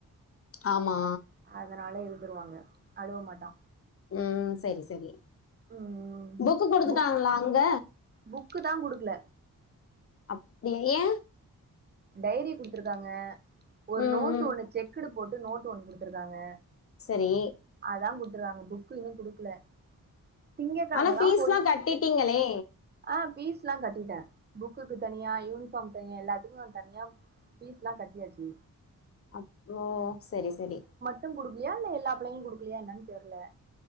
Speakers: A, on the left; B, on the right.
A: ஆமா
B: ஆ அதனால இருந்துடுவாங்க அழுவ மாட்டா
A: ம் செரி செரி
B: ம்
A: புக்கு குடுத்துட்டாங்களா
B: புக்
A: அங்க
B: புக்கு தா குடுக்கல
A: அப்டியா ஏ
B: டைரி குடுத்துருக்காங்க ஒரு
A: ம்
B: நோட்டு
A: ம்
B: ஒண்ணு செக்குடு போட்டு நோட்டு ஒண்ணு குடுத்துருக்காங்க
A: செரி
B: அதா குடுத்துருக்காங்க புக் இன்னு குடுக்கல திங்க கெழமதா
A: ஆனா ஃபீஸ்லா
B: போயி
A: கட்டிட்டீங்களே
B: ஆ ஃபீஸ்லா கட்டிட்டே புக்குக்கு தனியா யூனிஃபார்ம் தனியா எல்லாத்துக்கு தனியா பீஸ்ல்லா கட்டியாச்சு
A: அப் ஓ செரி செரி
B: ட்டு கொடுக்கலயா இல்ல எல்லா பிள்ளைகளு குடுக்கலயா என்னன் தெர்ல